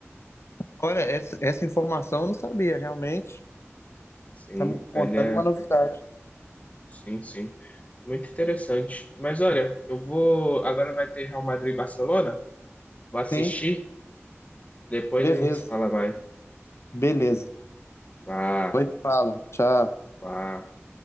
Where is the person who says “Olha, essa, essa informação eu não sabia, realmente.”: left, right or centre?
Left